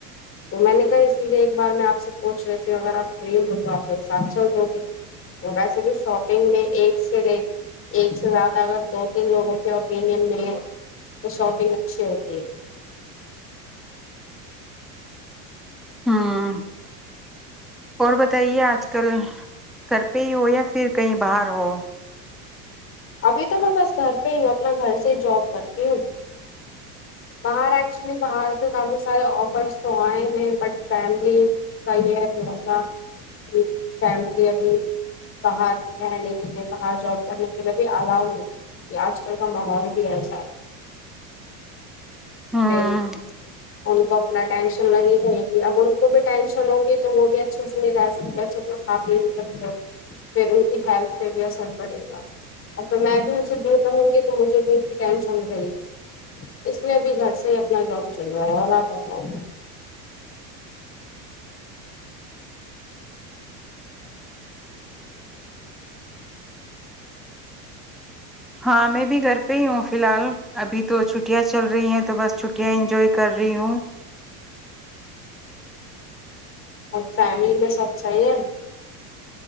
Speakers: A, on the left; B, in the centre.
A: تو میں نے کہا اس لیے ایک بار میں آپ سے پوچھ رہی ت ہوں اگر آپ فری ہ گے تو آپ میرے ساتھ چل دو گے ویسے بھی شاپنگ میں ایک سے ایک سے زیادہ اگر دو تین لوگوں اپینن میں تو شاپگ اچھی ہوتی
B: ہوں اور بتائیے آج کل گھر پہ ہی ہو یا پھر کہیں باہر ہو
A: ابھی تو میں بس گھر پہ ہی ہوں اپنا گھر سے ہی جاب کرتی ہوں بہار چلی باہر سے کافی سارے سفرس تو آئے ہیں بٹ فیملی کا یہ ہے بھروسہ کہ فیملی ابھی باہر رہنے کے لیے باہر جات کر ہے بھی الاؤ نہیں یہ آج کل کا ماحول بھی ایسا ہے
B: <unintelligible>
A: پھر ان کو اپنا ٹینشن لگی رہے گی اب ان کو بھی ٹینشن ہوگی تو وہ بھی اچھے سے نہیں رہ سکتے اچھے سے قاب لے سکتے پھر ان کی ہیلتھ پہ بھی اثر پڑے گا اور پھر میں بھی ان سے دور رہوں گی تو مجھے دور کی ٹینشن رہے گی اس لیے اب صح ہی اپنا جاب چاہیے ہے <unintelligible>
B: ہاں میں بھی گھر پہ ہی ہوں فی الحال ابھی تو چھٹیاں چل رہی ہیں تو بس چھٹیاں انجوائے کر رہی ہوں
A: اور فیملی میں سب صحیح ہے